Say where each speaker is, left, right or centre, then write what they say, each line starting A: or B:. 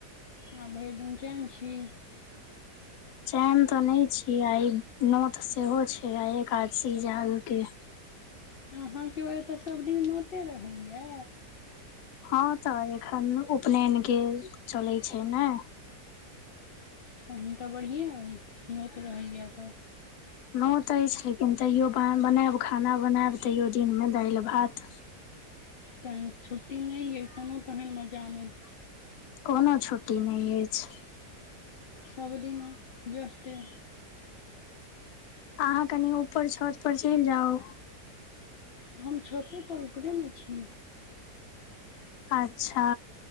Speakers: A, on the left; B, on the left.
A: हँ भरि दिन चैन छी
B: चैन तो नहि छी आ नोतऽ सेहो छै आ एकादशी जे आगू के
A: अहाँके ओतऽ सभ दिन नोते रहैये
B: हँ तऽ एखन उपनयन के चलैत छै ने
A: तहन तऽ बढ़िएँ अय नोत रहैये तऽ
B: नौतऽ अछि लेकिन तैयो बनायब खाना बनायब तैयो दिनमे दालि भात
A: तहन छुट्टी नहि अय कोनो तहन मजा नहि
B: कोनो छुट्टी नहि अछि
A: सबदिन जस्ते
B: अहाँ कनि ऊपर छत पर चलि जाउ
A: हम छतेपर ऊपरेमे छी
B: अच्छा